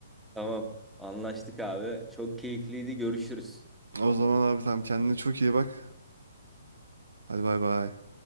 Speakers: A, in the centre; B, on the right.
A: Tamam. Anlaştık abi. Çok keyifliydi. Görüşürüz.
B: O zaman abi tamam kendine çok iyi bak. Hadi bay bay.